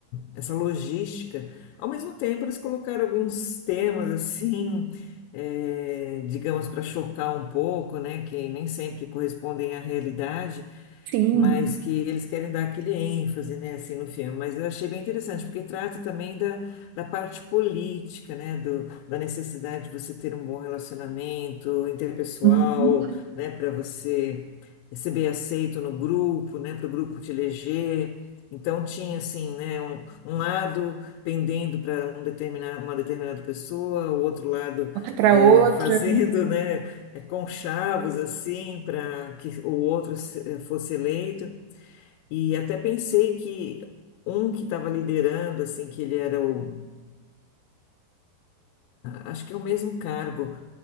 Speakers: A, on the left; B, on the right.
A: essa logística. Ao mesmo tempo, eles colocaram alguns temas assim, é, digamos, para chocar um pouco, né? Que nem sempre correspondem à realidade,
B: Sim.
A: mas que eles querem dar aquele ênfase, né? Assim, no filme. Mas eu achei bem interessante, porque trata também da parte política, né, do, da necessidade de você ter um bom relacionamento interpessoal,
B: Uhum.
A: né, para você ser bem aceito no grupo, né, para o grupo te eleger. Então tinha assim, né, um, um lado pendendo para um determinado, uma determinada pessoa, o outro lado
B: Outra pra
A: eh,
B: outra.
A: <laughs> fazendo, né, eh, conchavos assim para que o outro se- eh, fosse eleito. E até pensei que um que estava liderando, assim, que ele era o Acho que é o mesmo cargo.